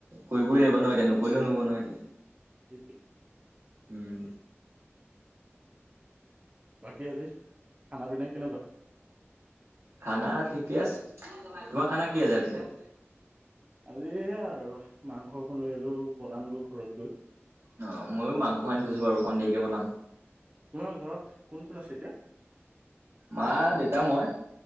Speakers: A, on the right (about 80°); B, on the right (about 25°).
A: কৰিবই লাগিব ন এতিয়া নকৰিলেও নহব নহয় এতিয়া
B: সেইটোৱেই
A: উম
B: বাকী আজি খানা পিনাাই কেনেকুৱা
A: খানা ঠিকেই আছে তোমাৰ খানা কি আছে তেয়া
B: আজি আৰু মাংস একন লৈ আশীলো বনাম গৈ ঘৰত গৈ
A: অ ময়ো মাংস আনি থৈছো বাৰু অকণ দেৰিকে বনাম
B: তোমাৰ ঘৰত কোন কোন আছে এতিয়া?
A: মা দেতা মই